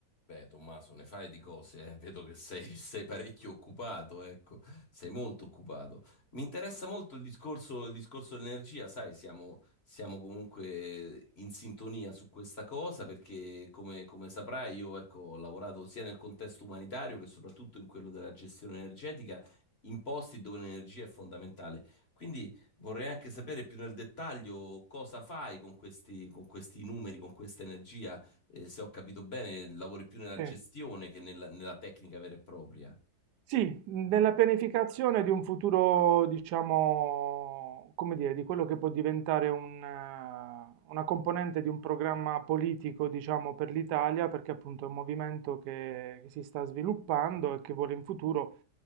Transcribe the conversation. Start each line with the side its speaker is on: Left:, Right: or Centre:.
Left: Beh, Tommaso, ne fai di cose, eh. Vedo che sei, <laughs> sei parecchio occupato, ecco, sei molto occupato. Mi interessa molto il discorso, il discorso dell'energia, sai, siamo, siamo comunque in sintonia su questa cosa perché, come, come saprai, io ecco, ho lavorato sia nel contesto umanitario che soprattutto in quello della gestione energetica, in posti dove l'energia è fondamentale. Quindi vorrei anche sapere più nel dettaglio cosa fai con questi, con questi numeri, con questa energia eh, se ho capito bene, lavori più nella
Right: Sì.
Left: gestione che nella, nella tecnica vera e propria.
Right: Sì, nella pianificazione di un futuro, diciamo, come dire, di quello che può diventare un, eh, una componente di un programma politico, diciamo, per l'Italia, perché appunto è un movimento che, che si sta sviluppando e che vuole in futuro